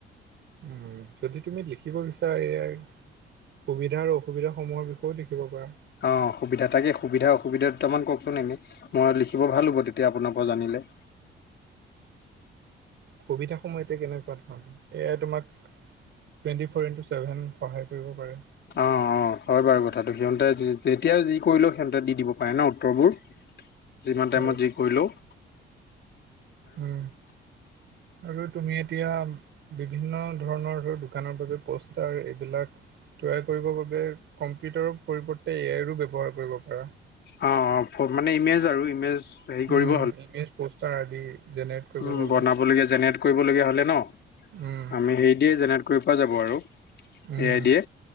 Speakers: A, on the right; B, on the left.
A: উম' যদি তুমি লিখিব বিচাৰা এ আইত- সুবিধা আৰু অসুবিধাসূহৰ বিষয়েও লিখিব পাৰা।
B: অ' সুবিধা তাকে, সুবিধা অসুবিধা দুটামান কওকচোন এনেই? মই লিখিব ভাল হ'ব তেতিয়া আপোনাৰ পৰা জানিলে।
A: সুবিধা সমূহ এতিয়া কেনেকুৱা ধৰণৰ এ আই তোমাক টুৱেন্টি ফ'ৰ ইণ্টু ছেভেন সহায় কৰিব পাৰে।
B: অ' অ' হয় বাৰু কথাটো, সিহঁতে যেতিয়া যি কৰিলেও সিহঁতে দি দিব পাৰে ন উত্তৰবোৰ। যিমান
A: হয়,
B: টাইমত যি কৰিলেওঁ।
A: উম'।
B: <unintelligible>
A: আৰু তুমি এতিয়া বিভিন্ন ধৰণৰ ধৰ দোকানৰ বাবে পোষ্টাৰ এইবিলাক- তৈয়াৰ কৰিব বাবে কম্পিউটাৰৰ পৰিৱৰ্তে এ আইৰো ব্যৱহাৰ কৰিব পাৰা।
B: অঁ অঁ' মানে ইমেজ আৰু ইমেজ। হেৰি কৰিব
A: উমঁ' ইমেজ পচতা আদি। জেনেৰেট কৰিবৰ
B: উমঁ'
A: বাবে
B: বনাবলগীয়া জেনেৰেট কৰিবলগীয়া হ'লে ন'
A: উম,
B: আমি হেৰি দিয়ে কৰিব পৰা যাব আৰু
A: উম।
B: এ আই দিয়ে